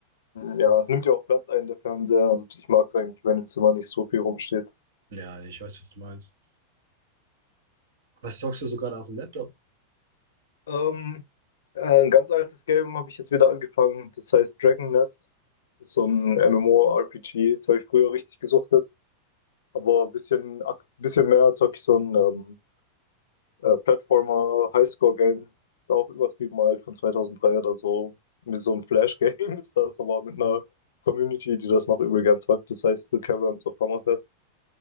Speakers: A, on the left; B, on the right.
A: Ja, es nimmt ja auch Platz ein, der Fernseher, und ich mag es eigentlich, wenn im Zimmer nicht so viel rumsteht.
B: Ja, nee, ich weiß, was du meinst. Was zockst du so gerade auf dem Laptop?
A: Ähm, äh, ein ganz altes Game habe ich jetzt wieder angefangen, das heißt Dragon Nest. Das ist so ein MMORPG, das habe ich früher richtig gesuchtet, aber ein bisschen, ak- bisschen mehr zocke ich so ein ähm, äh, Platformer Highscore-Game, ist auch übertrieben alt, von 2003 oder so. Mit so einem Flash-Game <laughs> ist das, aber mit einer Community, die das noch übel gern zockt, das heißt The Caverns of Hammerfest.